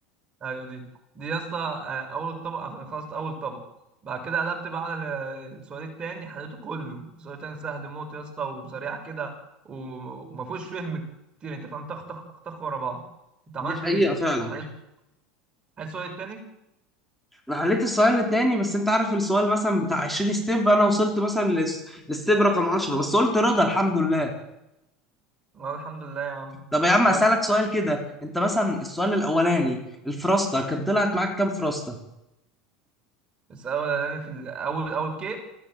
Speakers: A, on the right; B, in the centre.
A: ايوه دي دي يا اسطى آه، اول طبق خلصت اول طبق بعد كده قلبت بقى على ال- السؤال التاني حليته كله السؤال التاني سهل موت يا اسطى وسريع كده و- وما فيهوش فهم كتير انت فاهم طخ طخ طخ طخ ورا بعض انت عملت
B: دي حقيقة
A: ايه انت
B: فعلا
A: حليت حليت السؤال التاني
B: انا حليت السؤال التاني بس انت عارف السؤال مثلا بتاع 20 ستيب انا وصلت مثلا لس... لستيب رقم 10 بس قلت رضا الحمد لله
A: والله الحمد لله يا عم
B: طب يا عم
A: يا
B: اسالك
A: اسطى
B: سؤال كده انت مثلا السؤال الاولاني الفراستا كان طلعت معاك كام فراستا
A: السؤال الاولاني في الاول اول كي